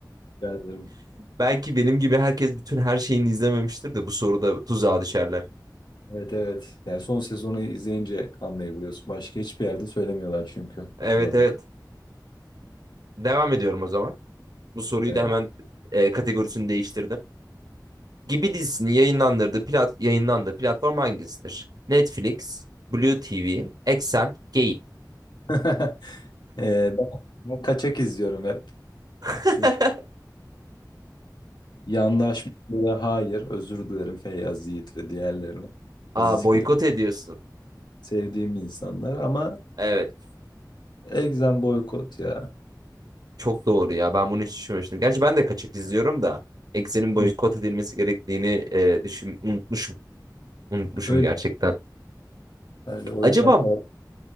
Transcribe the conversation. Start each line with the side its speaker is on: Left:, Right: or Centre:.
Left: Rica ederim.
Right: <laughs> Belki benim gibi herkes bütün her şeyini izlememiştir de bu soruda tuzağa düşerler.
Left: Evet evet. Yani son sezonu izleyince anlayabiliyorsun. Başka hiçbir yerde söylemiyorlar çünkü
Right: Evet
Left: hatırladım.
Right: evet. Devam ediyorum o zaman. Bu soruyu
Left: Evet.
Right: da hemen e, kategorisini değiştirdim. Gibi dizisini yayınlandırdığı plat yayınlandığı platform hangisidir? Netflix, Blue TV, Exxen, Gay.
Left: <laughs> Ee, ben ben kaçak izliyorum hep.
Right: <laughs>
Left: Çünkü Yandaşmaya hayır, özür dilerim Feyyaz Yiğit ve diğerlerine.
Right: Aa
Left: Aziz
Right: boykot
Left: Kerim.
Right: ediyorsun.
Left: Sevdiğim insanlar ama
Right: Evet.
Left: egzem boykot ya.
Right: Çok doğru ya. Ben bunu hiç düşünmemiştim. Gerçi ben de kaçak izliyorum da Exxen'in boykot
Left: Hı.
Right: edilmesi gerektiğini e, düşün unutmuşum. Unutmuşum
Left: Öyle,
Right: gerçekten.
Left: öyle. O
Right: Acaba
Left: yüzden para-